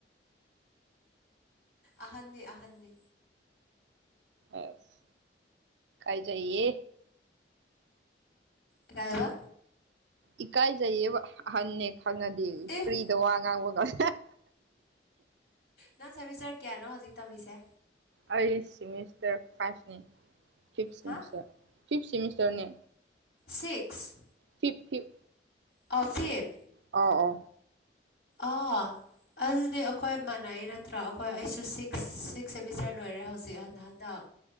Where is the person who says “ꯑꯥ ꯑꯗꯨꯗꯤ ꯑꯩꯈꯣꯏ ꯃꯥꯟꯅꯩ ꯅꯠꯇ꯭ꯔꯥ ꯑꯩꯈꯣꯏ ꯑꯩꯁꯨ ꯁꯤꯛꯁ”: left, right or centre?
Left